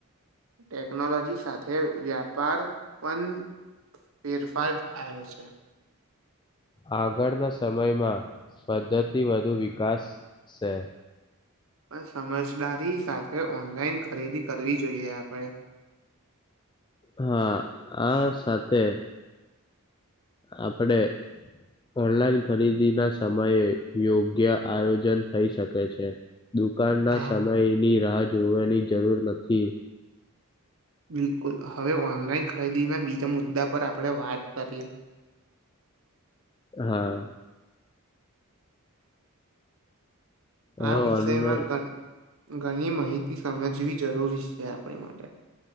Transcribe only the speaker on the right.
ટેકનોલોજી સાથે વ્યાપાર પણ ફેરફાર થયો છે
પણ સમજદારી સાથે ઓનલાઈન ખરીદી કરવી જોઈએ આપણે
હા
બિલકુલ હવે ઓનલાઈન ખરીદીના બીજા મુદ્દા પર આપણે વાત કરીએ <inaudible>
આ વિષયમાં
ગન ઘણી માહિતી સમજવી જરૂરી છે આપણી માટે